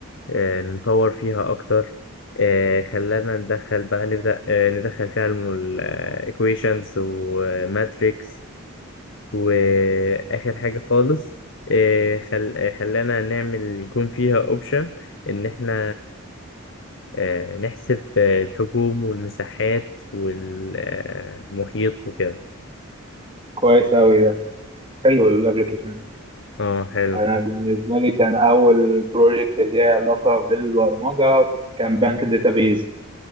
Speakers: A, on the left; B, on the right.
A: آه، نطور فيها أكتر آه، خلانا ندخل بقى نبدأ آه، ندخل فيها الإيكويشنز وماتريكس وآخر حاجة خالص آه، خل... آه، خلانا نعمل يكون فيها أوبشن إن إحنا آه، نحسب آه، الحجوم والمساحات والمحيط وكده
B: كويس اوي ده حلو الابلكيشن ده
A: اه حلو
B: انا بالنسبة لي كان اول بروجكت اللي ليها علاقة بالبرمجة كان بنك داتابيز